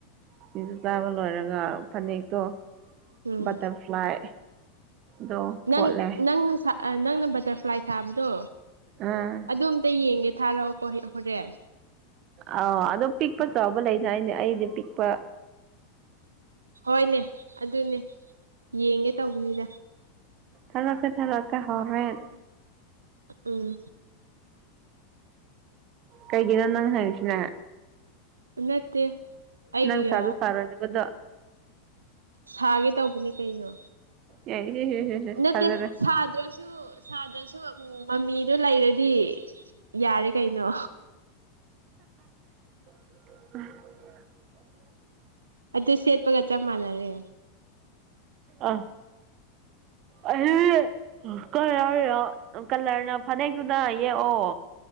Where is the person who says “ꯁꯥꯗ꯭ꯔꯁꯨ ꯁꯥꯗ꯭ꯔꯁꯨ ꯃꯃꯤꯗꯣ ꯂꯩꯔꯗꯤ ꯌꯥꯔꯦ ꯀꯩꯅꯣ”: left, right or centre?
Right